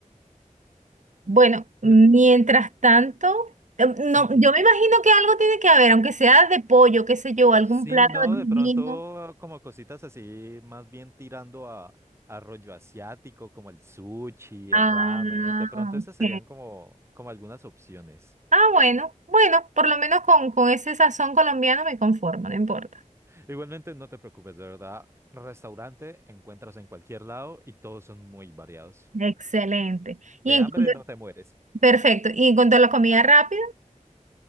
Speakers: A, on the right; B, on the right.
A: Bueno, mientras
B: Yo-
A: tanto, eh, no,
B: Ujú.
A: yo me imagino que algo tiene que haber, aunque sea de pollo, qué sé yo, algún
B: Sí,
A: plato
B: no,
A: divino.
B: de pronto como cositas así, más bien tirando a, a rollo asiático, como el sushi,
A: Ah,
B: el ramen. De pronto esas
A: ok.
B: serían como, como algunas opciones.
A: Ah, bueno, bueno, por lo menos con, con ese sazón colombiano me conformo, no importa.
B: Igualmente, no te preocupes, de verdad. Restaurante encuentras en cualquier lado y todos son muy variados.
A: Excelente.
B: De
A: Y en
B: hambre
A: cuanto-
B: no te mueres.
A: perfecto.
B: <laughs>
A: Y en cuanto a la comida rápida,